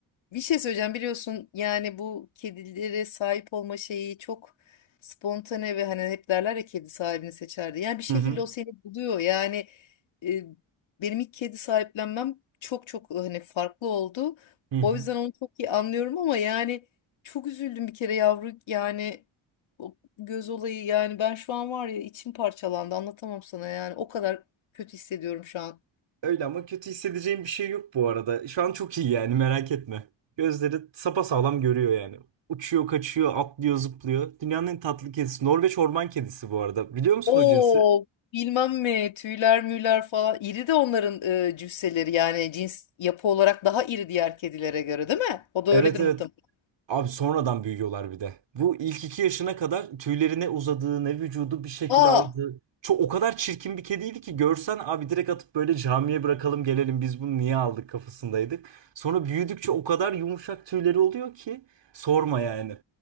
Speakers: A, on the left; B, on the right.
A: Bir şey söyleyeceğim biliyorsun yani bu kedilere sahip olma şeyi çok spontane ve hani hep derler ya kedi sahibini seçerdi. Yani bir şekilde
B: Hı hı.
A: o seni buluyor yani e, benim ilk kedi sahiplenmem çok çok hani farklı oldu.
B: Hı hı.
A: O yüzden onu çok iyi anlıyorum ama yani çok üzüldüm bir kere yavru yani o göz olayı yani ben şu an var ya içim parçalandı anlatamam sana yani o kadar kötü hissediyorum şu an.
B: Öyle ama kötü hissedeceğim bir şey yok bu arada. Şu an çok iyi yani merak etme. Gözleri sapasağlam görüyor yani. Uçuyor, kaçıyor, atlıyor, zıplıyor. Dünyanın en tatlı kedisi. Norveç orman kedisi bu arada. Biliyor musun
A: O
B: o cinsi?
A: bilmem mi tüyler müyler falan iri de onların e, cüsseleri yani cins yapı olarak daha iri diğer kedilere göre değil mi? O da
B: Evet
A: öyledir
B: evet.
A: muhtemelen.
B: Abi sonradan büyüyorlar bir de. Bu ilk iki yaşına kadar tüylerine uzadığı ne vücudu bir şekil
A: Aa
B: aldı. Çok o kadar çirkin bir kediydi ki görsen abi direkt atıp böyle camiye bırakalım gelelim biz bunu niye aldık kafasındaydık. Sonra büyüdükçe o kadar yumuşak tüyleri oluyor ki sorma yani.